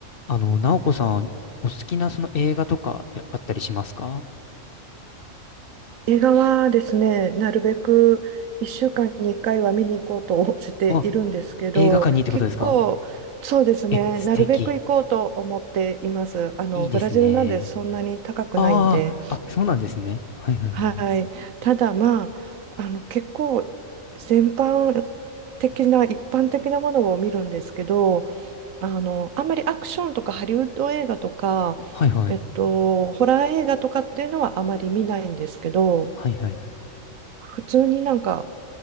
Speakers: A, on the left (about 50°); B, on the right (about 75°).
A: あの、直子さん、お好きなその映画とかってあったりしますか
B: 映画はですね、なるべく1週間に1回は見に行こうとしているんですけど、
A: あ、映画館にってことですか
B: 結構、そうですね、
A: え、素敵。
B: なるべく行こうと思っています。あの、
A: いいですね。
B: ブラジルなんでそんなに高くないんで、
A: ああ、あ、そうなんですね。はいはいはいはい。
B: はい。ただ、まあ、あの、結構、全般的な、一般的なものを見るんですけど、あの、あんまりアクションとかハリウッド映画とか、
A: はいはい。
B: えっと、ホラー映画とかっていうのはあまり見ないんですけど、
A: はいはいはい。
B: 普通になんか